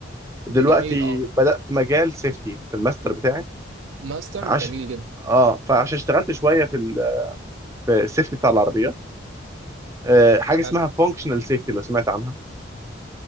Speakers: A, on the right; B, on the right.
A: دلوقتي
B: يعني جميل أه
A: بدات مجال سيفتي في الماستر بتاعي
B: ماستر
A: عش
B: جميل جدا
A: اه فعشان اشتغلت شويه في ال... في السيفتي بتاع العربيه آه، حاجه
B: حلو
A: اسمها فانكشنال سيفتي لو سمعت عنها